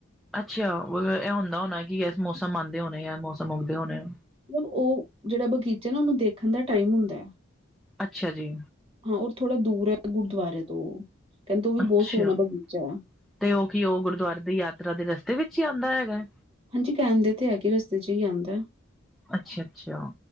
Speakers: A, in the centre; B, on the right.
A: ਅੱਛਾ ਇਹ ਹੁੰਦਾ ਹੋਣਾ ਕਿ, ਏਸ ਮੌਸਮ ਆਂਦੇ ਹੋਣੇ ਐ, ਏ ਮੌਸਮ ਉੱਗਦੇ ਹੋਣੇ ਐ।
B: ਉਹ ਜਿਹੜਾ ਬਗੀਚਾ ਨਾ, ਉਹਨੂੰ ਦੇਖਣ ਦਾ ਟਾਈਮ ਹੁੰਦਾ ਹੈ।
A: ਅੱਛਾ ਜੀ।
B: ਹਾਂ ਉਹ ਥੋੜਾ ਦੂਰ ਹੈ ਗੁਰਦੁਆਰੇ ਤੋਂ, ਕਹਿੰਦੇ ਵੀ
A: ਅੱਛਾ
B: ਬੋਤ ਸੋਹਣਾ ਬਗੀਚਾ ਐ।
A: ਤੇ ਉ ਕੀ, ਉ ਗੁਰਦੁਆਰੇ ਦੀ ਯਾਤਰਾ ਦੇ ਰਸਤੇ ਵਿੱਚ ਹੀ ਆਂਦਾ ਹੈਗਾ।
B: ਹਾਂਜੀ, ਕਹਿਣ ਦੇ ਤੇ ਹੈਗੇ ਰਸਤੇ ਚ ਹੀ ਆਂਦਾ ਏ।
A: ਅੱਛਾ- ਅੱਛਾ